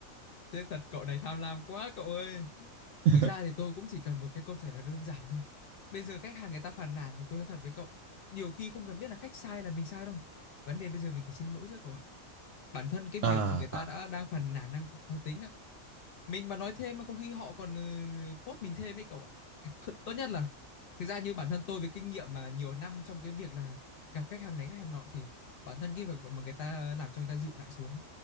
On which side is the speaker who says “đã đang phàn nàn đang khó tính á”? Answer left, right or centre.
Left